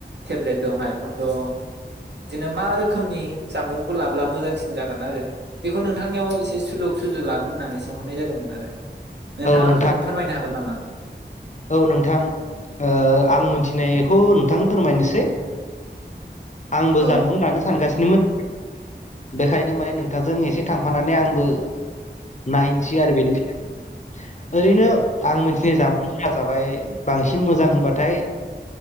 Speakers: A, on the right; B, on the left.
A: टेब्लेट दं आइफन दं बिदिनो मा रोखोमनि जामबुंखौ लाब्ला मोजांसिन जागोन आरो बेखौ नोंथांनियाव एसे सुलुग सुजु लानो होननानै सोंहरनाय जादोंमोन आरो नोंथाङा
B: औ नोंथां
A: फोरमायनो हागोन नामा?
B: औ नोंथां ओ आं मिथिनायखौ नोंथां फोरमायनोसै आंबो
A: औ
B: जानबुं लानो
A: फोरमायदो
B: सानगासिनोमोन बे ओंखायनो माने नोंथांजों एसे थांफानानै आंबो नायनोसै आरो बेनिफ्राय औरैनो आं मिथिनाय जाम जाजाबाय बांसिन मोजां होनबाथाय